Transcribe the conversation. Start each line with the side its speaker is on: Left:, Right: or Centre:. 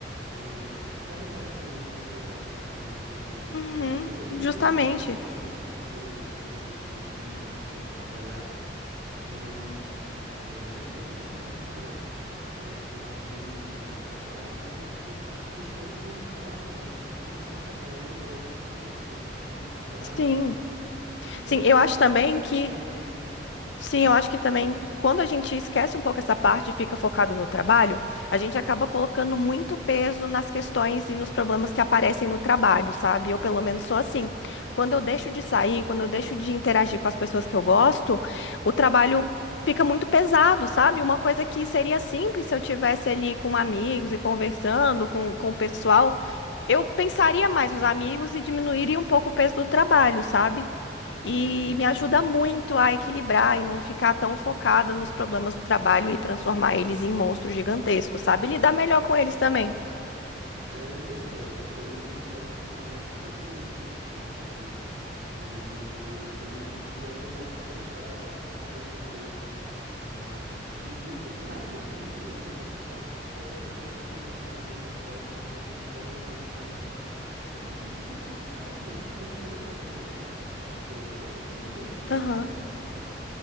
Right: é, descarregar essa energia pesada da rotina, né? Porque
Left: Uhum,
Right: ter uma rotina
Left: justamente.
Right: sim é muito importante, é importante ser produtivo, é importante trabalhar, mas é, a gente tem que saber equilibrar. né, o lazer e o trabalho para a gente conseguir ter saúde mental, né, para a gente conseguir trabalhar melhor, ser mais produtivo no trabalho
Left: Sim.
Right: e ser
Left: Sim,
Right: uma pessoa
Left: eu acho
Right: menos
Left: também
Right: estressada,
Left: que
Right: né?
Left: Sim, eu acho que também quando a gente esquece um pouco essa parte e fica focado no trabalho, a gente acaba colocando muito peso nas questões e nos problemas que aparecem no trabalho, sabe? Eu, pelo menos, sou assim. Quando eu
Right: Uhum.
Left: deixo de sair, quando eu deixo de interagir com as pessoas que eu gosto, o trabalho fica muito pesado, sabe? Uma coisa que seria simples se eu tivesse ali com amigos e conversando com, com o pessoal, eu pensaria mais nos amigos e diminuiria um pouco o peso do trabalho, sabe?
Right: Com
Left: E
Right: certeza.
Left: me ajuda muito a equilibrar e não ficar tão focada nos problemas do trabalho e transformar eles em monstros gigantescos, sabe? Lidar melhor com eles também.
Right: É, nossa, eu concordo demais. Eu tenho me sentido muito assim nos últimos dias. Eu tenho me sentido até mais estressado. Às vezes, uma pessoa é, que não fez nada pra mim, ela tá só tentando conversar, me avisar alguma coisa, contar alguma coisa pra mim. E eu fico estressado, mas, tipo, não é, não tem nada a ver com essa pessoa. Tem a ver com a minha rotina
Left: Aham,
Right: cansada, sabe?